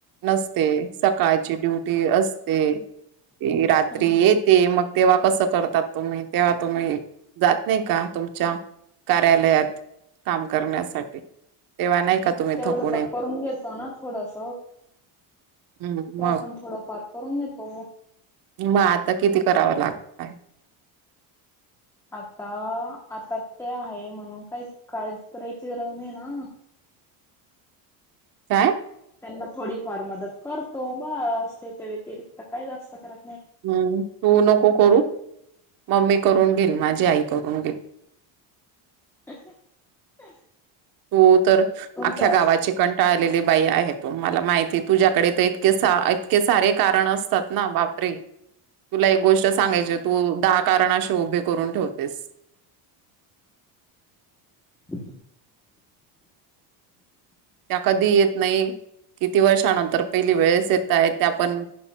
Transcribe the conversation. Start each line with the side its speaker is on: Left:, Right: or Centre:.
Right: नसते, सकाळची ड्युटी असते, - रात्री
Centre: घेत
Right: येते, मग तेव्हा कसं करतात तुम्ही तेव्हा तुम्ही जात नाही का, तुमच्या कार्यालयात? काम करण्यासाठी तेव्हा नाही, का तुम्ही
Centre: तेवढं
Right: थकून
Centre: तर
Right: येत
Centre: करून घेतो ना, थोडस.
Right: हम्म
Centre: तेव्हा
Right: मग
Centre: पण थोडंफार करून घेतो.
Right: मग आता किती करावं लागत- ते?
Centre: आता, आता ते आहे म्हणून काही काळजी करायची गरज नाही ना
Right: काय?
Centre: त्यांना थोडीफार मदत करतो बस, त्याच्या व्यतिरिक्त काय जास्त करा-
Right: हम्म तू नको करू- मम्मी करून घेईल, माझी आई करून घेईल, -
Centre: <inaudible>
Right: तू तर
Centre: तुमचा
Right: आख्या गावाची कंटाळलेली बाई आहे तु मला माहिती तुझ्याकडे इतके इतके सारे कारण असतात ना. बापरे! तुला एक गोष्ट सांगायची तू दहा कारणाशीे उभे करून ठेवतेस.
Centre: अ..
Right: त्या कधी येत नाही किती वर्षानंतर पहिली वेळेस येत आहे त्या पण